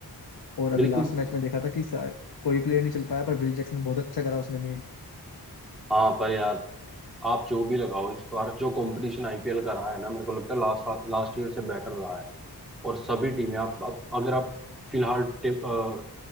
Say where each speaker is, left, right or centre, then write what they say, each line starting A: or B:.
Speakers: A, on the left; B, in the centre.
A: और अभी
B: बिल्कुल
A: लास्ट मैच में देखा था कि सा- कोई प्लेयर नहीं चल पाया पर विल जैक्सन बहुत अच्छा करा उसने भी
B: हाँ पर यार आप जो भी लगाओ इस बार जो कंपटीशन आईपीएल का रहा है ना मेरे को लगता है लास्ट लास्ट ईयर से बेटर रहा है और सभी टीमें आप, आप अगर आप फिलहाल टे, अ,